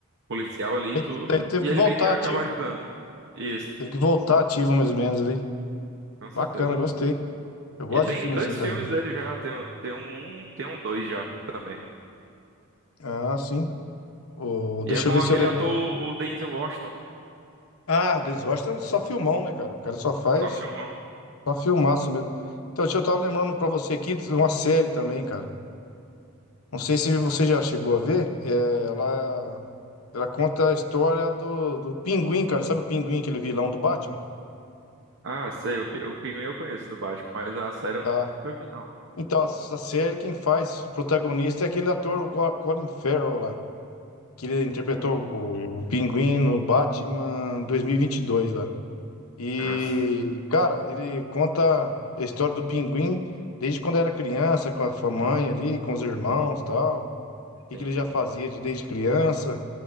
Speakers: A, on the right (about 60°); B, on the left (about 80°).
A: policial ali
B: Aí,
A: e tudo,
B: aí teve
A: e
B: que
A: ele
B: voltar
A: meio que acaba
B: ativo.
A: ajudando. Isso,
B: Teve que voltar ativo mais ou menos ali.
A: com certeza.
B: Bacana, gostei. Eu gosto
A: E tem
B: de filme
A: dois
B: assim também.
A: filmes dele já, tem, o- tem um, um, tem um dois já também.
B: Ah, sim. O,
A: E
B: deixa
A: é com
B: eu ver se
A: aquele
B: eu lembro.
A: ator, o Denzel Washington,
B: Ah, Denzel Washington é só filmão, né, cara? O cara só faz.
A: só filmão.
B: Só filmaço mesmo. Então, deixa eu tava lembrando pra você aqui de uma série também, cara. Não sei se você já chegou a ver. É, ela, ela conta a história do, do Pinguim, cara. Sabe o Pinguim, aquele vilão do Batman?
A: Ah, sei, o, Pi- o Pinguim eu conheço do Batman, mas a série eu
B: Tá.
A: não- nunca vi não.
B: Então, essa série quem faz o protagonista é aquele ator, o Co- Colin Farrell lá. Que ele interpretou
A: Hum,
B: o, o Pinguim no Batman dois mil e e vinte e dois lá. E,
A: ah, sim,
B: cara, ele conta a história do Pinguim desde quando era criança, com a com a mãe ali, com os irmãos tal. que
A: sim.
B: que ele já fazia de- desde criança.